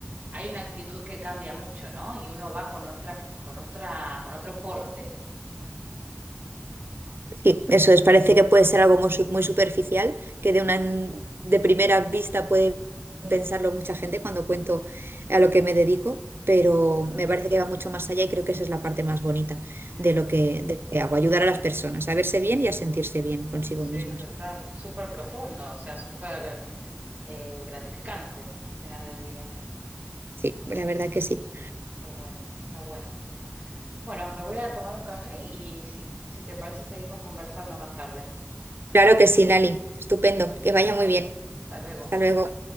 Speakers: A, on the right; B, on the right.
A: hay una actitud que cambia mucho, ¿no? Y uno va con otra, con otra, con otro porte.
B: Sí, eso es. Parece que puede ser algo muy su- muy superficial, que de una de primera vista puede pensarlo mucha gente cuando cuento a lo que me dedico, pero me parece que va mucho más allá y creo que esa es la parte más bonita
A: Mm,
B: de lo que, de lo que hago, ayudar a las personas a verse bien y a sentirse bien consigo
A: sí,
B: mismas.
A: total, súper profundo, o sea, súper eh, gratificante al final del día.
B: Sí, la verdad que sí.
A: Está bueno, está bueno. Bueno, me voy a tomar un café y si, si te parece seguimos conversando más tarde.
B: Claro que sí, Lali. Estupendo. Que vaya muy
A: Tal,
B: bien.
A: tal luego.
B: Hasta luego.